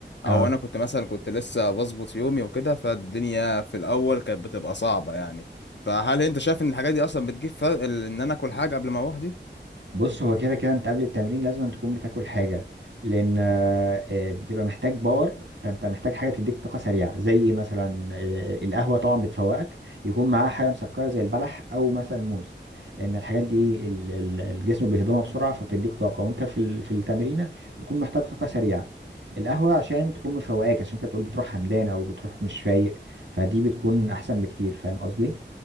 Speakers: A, on the right; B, on the left.
A: اه
B: او انا كنت مثلا كنت لسه بظبط يومي وكده فالدنيا في الاول كانت بتبقى صعبه يعني فهل انت شايف ان الحاجات دي اصلا بتجيب فرق ال- ان انا اكل حاجه قبل ما اروح دي
A: بص هو كده كده انت قبل التمرين لازم أن تكون بتاكل حاجة لان آه، آه، بتبقى محتاج باور فانت محتاج حاجة تديك طاقة سريعة زي ايه مثلا آه، القهوة طبعا بتفوقك يكون معاها حاجة مسكرة زي البلح او مثلا موز لان الحاجات دي ال- ال- الجسم بيهضمها بسرعة فبتديك طاقة وانت في ال- في التمرينة بتكون محتاج طاقة سريعة القهوة عشان تكون مفوقاك عشان انت بتقول بتروح همدان او بتروح مش فايق فدي بتكون احسن بكتير فاهم قصدي؟